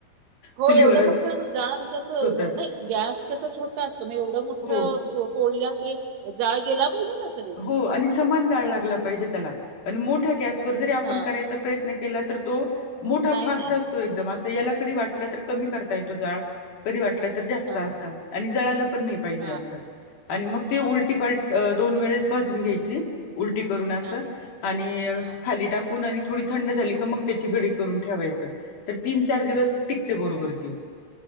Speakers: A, on the right (about 80°); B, on the left (about 55°).
A: हो
B: चुलीवरच
A: एवढं मोठं ना मग जाळ म्हणजे असं
B: होतात
A: नाही गॅस तसं छोटा असतो म एवढं मोठं.
B: हो
A: पोळीला ते जाळ गेला पाहिजे न.
B: हो आणि समान जाळ लागला पाहिजे. त्याला आणि मोठ्या गॅसवर जरी आपण
A: हा
B: करायचा प्रयत्न केला तर तो मोठा
A: नाही
B: फास्ट
A: नाही
B: असतो. एकम अस याला कधी वाट तर कमी करता येतो जाळ. कधी वाटलं तर जास्त
A: हा
B: असं आणि जळायला पण नाही पाहिजे
A: हा
B: असं
A: हा
B: आणि मग ते उलटी
A: हा हा
B: पालटी दोन वेळेस भाजून घ्यायची उलटी करून असं
A: हा
B: आणि
A: हा
B: खाली टा आणि थोडी थंड झाली क मग त्याची घरी करून ठेवायचं. तर तीन चार दिवस टिकते बरोबर ती.